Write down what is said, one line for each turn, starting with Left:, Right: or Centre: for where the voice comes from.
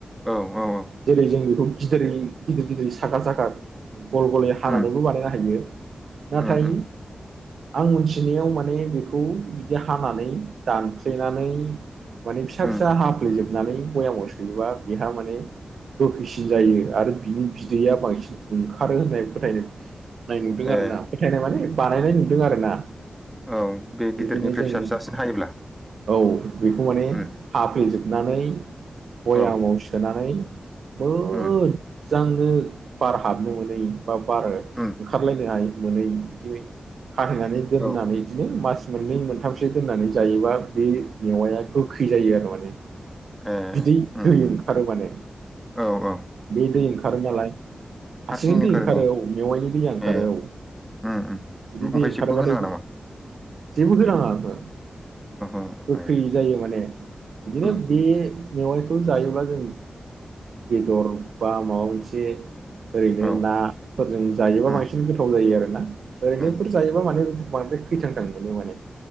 Centre: औ औ
Right: जेरै जों बेखौ गिदिरै गिदिर गिदिर साखा साखा गल गलै हानानैबो
Centre: उम
Right: बानायनो हायो नाथाय
Centre: उम उम
Right: आं मिथिनायाव माने माने बेखौ बिदि हानानै दानफ्लेनानै माने फिसा
Centre: उम
Right: फिसा हाफ्लेेजोब नानै बयामाव सोयोबा बेहा माने गोखैसिन जायो आरो बिनि बिदैया बांसिन ओंखारो होननाय फोथायदों नाय नुदों आरो
Centre: ए
Right: ना फोथायनाय माने बानायनाय नुदों आरो ना
Centre: औ बे
Right: बिबायदिनो
Centre: गिदिरनिफ्राय फिसा
Right: जों
Centre: फिसासिन हायोब्ला
Right: औ बेखौ माने
Centre: उम
Right: हाफ्लेेजोबग नानै बयामाव
Centre: औ
Right: सोनानै मोजांनो
Centre: उम
Right: बार हाबनो मोनै बा बार
Centre: उम
Right: ओंखारलायनोहायै मोनै बिदि खाथेनानै दोननानै
Centre: औ
Right: बिदिनो मास मोननै मोनथामसो दोननानै जायोबा बे मेवाया गोखै जायो आरो माने
Centre: ए
Right: बिदै
Centre: उम
Right: दै
Centre: उम
Right: ओंखारो माने
Centre: औ औ
Right: बे दै ओंखारो नालाय हारसिंनो
Centre: हारसिङैनो
Right: दै ओंखारो
Centre: नामा
Right: औ मेवाइनि दैया ओंखारो
Centre: ए
Right: औ
Centre: उम उम
Right: बिदि दै
Centre: ओमफ्राय
Right: ओंखारोबाथाय
Centre: जेबो होनाङा नामा
Right: जेबो होनाङा ओंहो
Centre: ओहो
Right: गोखै
Centre: ए
Right: जायो माने बिदिनो
Centre: उम उम
Right: बे बे मेवाइखौ जायोब्ला जों बेदर बा माबा मोनसे ओरैनो
Centre: औ
Right: नाफोरजों जायोबा
Centre: उम
Right: बांसिन गोथाव जायो आरोना ओरैनोफोर
Centre: उम
Right: जायोबा माने बांद्राय खैथां थां मोनो माने